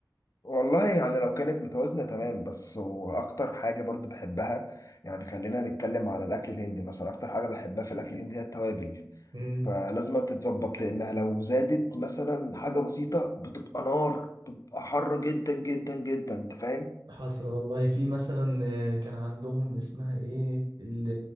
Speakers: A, on the left; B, on the right.
A: والله يعني لو كانت متوازنة تمام بس وأكتر حاجة برضو بحبها يعني خلينا نتكلم على الأكل الهندي مثلا أكتر حاجة بحبها في الأكل الهندي هي التوابل
B: امم
A: فلازم تتظبط لأنها لو زادت مثلا حاجة بسيطة بتبقى نار بتبقى حر جدا جدا جدا أنت فاهم؟
B: حصل والله في مثلا آه، كان عندهم اسمها إيه ال-